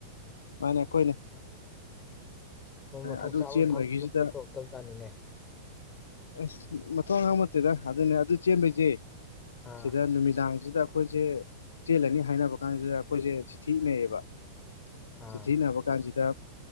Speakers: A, on the left; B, on the left.
A: ꯃꯥꯅꯦ ꯑꯩꯈꯣꯏꯅꯦ
B: ꯅꯣꯏ ꯃꯊꯣꯡ
A: ꯑꯗꯨ
B: ꯆꯥꯕ
A: ꯆꯦꯟꯕꯒꯤꯁꯤꯗ
B: ꯊꯛ ꯑꯝꯇ ꯇꯧꯔꯛꯇꯕꯖꯥꯅꯤꯅꯦ
A: ꯑꯁ ꯃꯊꯧꯇꯥꯕ ꯈꯪꯕ ꯅꯠꯇꯦꯗ ꯑꯗꯨꯅꯦ ꯑꯗꯨ ꯆꯦꯟꯕꯩꯁꯦ
B: ꯑꯥ
A: ꯁꯤꯗ ꯅꯨꯃꯤꯗꯥꯡꯁꯤꯗ ꯑꯩꯈꯣꯏꯁꯦ ꯆꯦꯜꯂꯅꯤ ꯍꯥꯏꯅꯕ ꯀꯥꯟꯁꯤꯗ ꯑꯩꯈꯣꯏꯁꯦ ꯆꯤꯊꯤ ꯏꯅꯩꯌꯦꯕ
B: ꯑꯥ
A: ꯆꯤꯊꯤ ꯏꯅꯕ ꯀꯥꯟꯁꯤꯗ